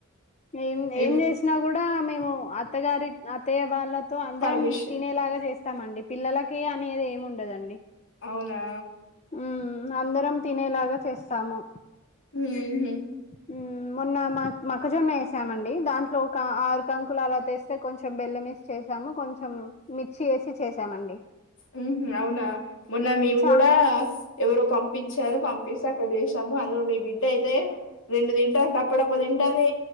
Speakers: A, on the left; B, on the left.
A: ఏం ఏం
B: ఏమి
A: చేసినా కూడా మేమ్ ఉ అత్తగారి అత్తయ్య వాళ్ళతో అందరం
B: పర్మిషన్
A: తినేలాగా చేస్త స్తామండి పిల్లలకి అనేది ఏమి ఉండదండి
B: అవునా
A: హ్మ్మ్ అందరం తినేలాగా చేస్తాము
B: హ్మ హ్మ
A: హ్మ మొన్న మ మక్కజొన్న వేసామండి దాంట్లో ఒక ఆరు కంక్ కుల అలా తెస్తే కొంచెం బెల్లం మేసి చేసాము కొంచెం మిర్చి వేసి చేసామండి
B: హ్మ్ హ్మ అవునా మొన్న
A: ఉమ్
B: మేము
A: చా
B: కూడా ఎవరో పంపించారు పంప్ సాక్కట్ చేసాము అందులో మీ బిడ్డ అయితే రెండు తింట తప్పడప్పు తింటాది